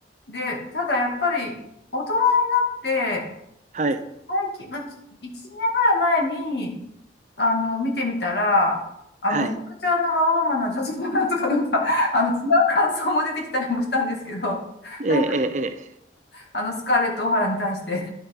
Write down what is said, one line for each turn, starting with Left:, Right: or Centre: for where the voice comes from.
Left: で、ただやっぱり大人になって、
Right: はい、
Left: 最近、まあ、1年ぐらい前に、あの、見てみたら、あ、
Right: はい。
Left: めちゃくちゃあの、わがままな女性だなとか、なんか、<laughs> あの、違う感想も出てきたりもしたんですけど、<laughs>
Right: ええ、
Left: なんか、
Right: ええ、ええ
Left: あの、スカーレット・オハラに対して